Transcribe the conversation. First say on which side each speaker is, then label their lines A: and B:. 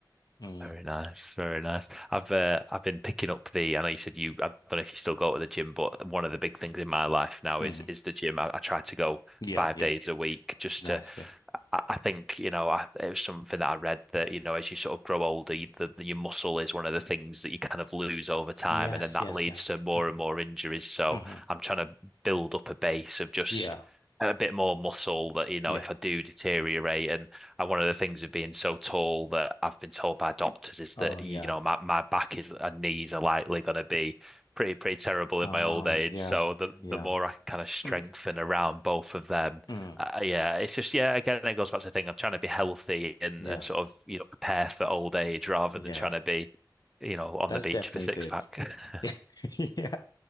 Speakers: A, on the left; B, in the centre.
A: Mm,
B: Very nice, very nice. I've uh, I've been picking up the. I know you said you. I don't know if you still go to the gym, but one of the big things in my life now
A: mhm.
B: is is the gym. I, I try to go
A: Yeah,
B: five
A: yeah.
B: days a week just
A: Nice.
B: to
A: Yeah.
B: I I think, you know, I, it was something that I read that, you know, as you sort of grow older, you, the, your muscle is one of the things that you kind of lose over time,
A: Yes.
B: and then that
A: Yes.
B: leads
A: Yeah.
B: to more
A: hmm
B: and more injuries. So
A: hmm
B: I'm trying to build up a base of just
A: Yeah.
B: a bit more muscle that, you know,
A: Yeah.
B: if I do deteriorate, and and one of the things of being so tall that I've been told by doctors is
A: Oh,
B: that, you
A: yeah.
B: know, my, my back is and knees are likely going to be pretty, pretty terrible
A: Oh,
B: in my old age.
A: yeah.
B: So the, the
A: Yeah.
B: more I can kind of strengthen
A: <clears throat>
B: around both of them
A: Mm,
B: uh, yeah, it's just yeah. Again, it goes back to the thing. I'm trying to be healthy and
A: yeah.
B: and sort of you know prepare for old age rather
A: Yeah.
B: than trying to be, you know, on
A: That's
B: the beach
A: definitely
B: for six
A: good.
B: pack. <laughs>
A: <laughs> Yeah.